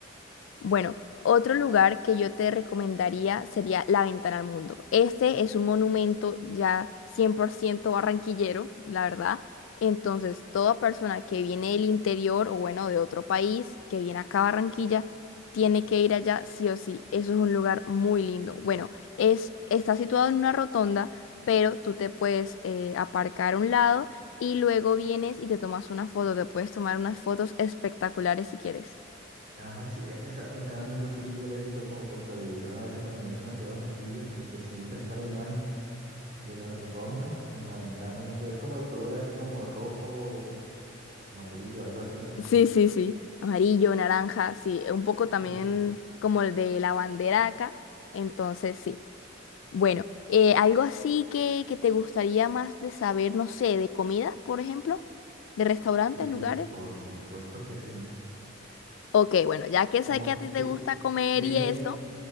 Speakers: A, on the left (about 80°); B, on the right (about 40°).
A: Bueno, otro lugar que yo te recomendaría sería La Ventana al Mundo. Este es un monumento ya 100% barranquillero, la verdad. Entonces, toda persona que viene del interior o bueno, de otro país, que viene acá a Barranquilla, tiene que ir allá sí o sí. Eso es un lugar muy lindo. Bueno, es, está situado en una rotonda, pero tú te puedes eh, aparcar a un lado y luego vienes y te tomas una foto. Te puedes tomar unas fotos espectaculares si quieres.
B: Ajá, sí, e- esa ventana del mundo sí yo la he visto como por televisión a veces cuando muestran la ciudad de Barranquilla, como que siempre está la imagen de la rotonda con la ventana del mundo. Es como el color así como rojo, amarillo, algo así, ¿no?
A: Sí, sí, sí. Amarillo, naranja, sí. Un poco también
B: Sí,
A: como el de la bandera acá. Entonces, sí. Bueno, eh, algo así que, que te gustaría más de saber, no sé, de comidas, por ejemplo, de restaurantes,
B: sí,
A: lugares.
B: por supuesto que sí.
A: Ok, bueno, ya que
B: Como,
A: sé que
B: cu-
A: a ti te
B: di-
A: gusta comer
B: dime,
A: y eso,